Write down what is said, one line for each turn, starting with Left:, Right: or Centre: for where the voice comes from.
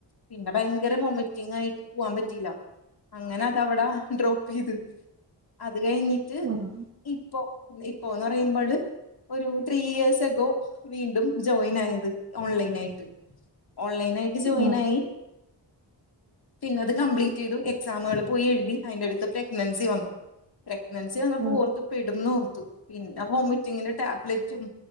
Left: പിന്നെ ഭയങ്കര വൊമറ്റിംങ്ങായിട്ട് പോവാൻ പറ്റീല്ല. അങ്ങനെ അതവടെ ഡ്രോപ്പെയ്ത് അത് കഴിഞ്ഞിട്ട്
Right: ആഹ്
Left: ഇപ്പോ ഇപ്പോന്ന്റയ്മ്പഴ്. ഒര് ത്രീ ഇയേഴ്സ് എകോ വീണ്ടും ജോയിനായത് ഓൺലൈനായിട്ട്. ഓൺലൈനായിട്ട് ജോയിൻ
Right: ആഹ്
Left: ആയി പിന്നത് കംപ്ലീറ്റെയ്തു. എക്സാമുകൾ പോയി എഴ്തി അയിന്റെ എട്ക്ക് പ്രഗ്നൻസി വന്നു പ്രഗ്നൻസി വന്നപ്പോ
Right: ആഹ്
Left: ഓർത്ത് പെടുംന്നോർത്തു പിന്നെ വോമിറ്റിങ്ങിന്റെ ടാബ്ലറ്റും.